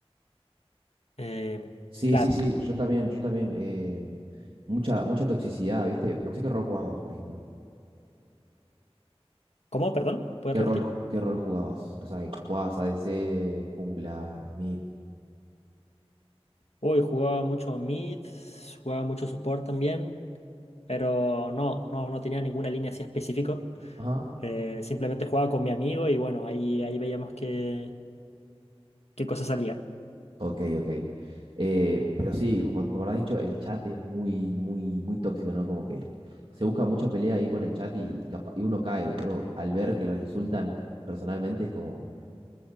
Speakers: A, on the left; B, on the right.
A: Em,
B: Sí,
A: claro.
B: sí, sí, yo también, yo también. eh, mucha, mucha toxicidad, ¿viste? No sé qué rol jugabas vos, por ejemplo.
A: ¿Cómo? Perdón, ¿puedes
B: ¿Qué
A: repetir?
B: rol, ju- qué rol jugabas? O sea, ¿jugabas ADC, jungla, mid?
A: Uy, jugaba mucho mid, jugaba mucho support también, pero no, no, no tenía ninguna línea así específico.
B: Ajá.
A: Eh, simplemente jugaba con mi amigo y bueno, ahí, ahí veíamos qué, qué cosa salía.
B: Ok, ok. Eh, pero sí, como, como habrás dicho, el chat es muy, muy, muy tóxico, ¿no? Como que se busca mucha pelea ahí por el chat y, capa- y uno cae. Uno, al ver que los insultan personalmente, es como,